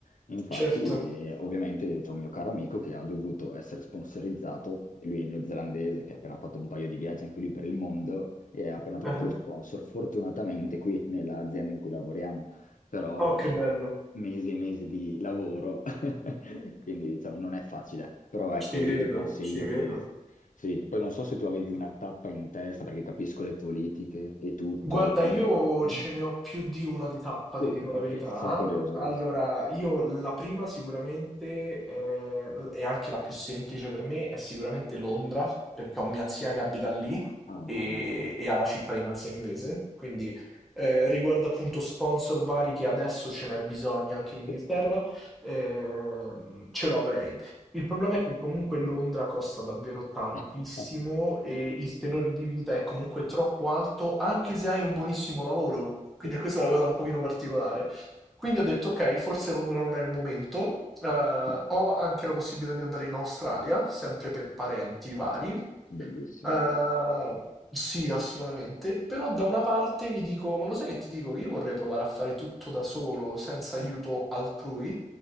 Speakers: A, on the left; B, in the centre.
A: Infatti,
B: Certo.
A: eh, ovviamente, c'è un mio caro amico che ha dovuto essere sponsorizzato, lui è neozelandese, che ha appena fatto un paio di viaggi anche lui per il mondo e ha appena trovato
B: Ah.
A: lo sponsor, fortunatamente qui nell'azienda in cui lavoriamo, però
B: Oh, che bello.
A: mesi e mesi di lavoro, <laughs> quindi diciamo non è facile, però ecco,
B: Ci credo,
A: io ti consiglio
B: ci credo.
A: che sì, poi non so se tu avevi una tappa in testa perché capisco le politiche e tutto,
B: Guarda,
A: che magari...
B: io
A: Mm?
B: ce ne ho più di una di tappa,
A: Oh,
B: ti dico la
A: ok,
B: verità.
A: sono curioso
B: Allora,
A: adesso.
B: io la prima sicuramente, eh, e anche la più semplice per me, è sicuramente Londra, perché ho mia zia che abita lì
A: Ah,
B: e,
A: mm.
B: e ha la cittadinanza inglese. Quindi, eh, riguardo appunto sponsor vari che adesso ce n'è bisogno anche in Inghilterra,
A: sì.
B: ehm, ce lo avrei. Il problema è che comunque Londra costa davvero tantissimo
A: <laughs>
B: e il tenore di vita è comunque troppo alto, anche se hai un buonissimo lavoro. Quindi
A: Eh,
B: questa è la cosa un pochino particolare. Quindi ho detto, ok, forse Londra non è il momento. Eh,
A: Sì,
B: ho anche la possibilità di andare in Australia, sempre per parenti vari.
A: bellissimo,
B: Eh,
A: veramente.
B: sì, assolutamente. Però da una parte mi dico, ma lo sai che ti dico? Che Io vorrei provare a fare tutto da solo, senza aiuto
A: Eh,
B: altrui.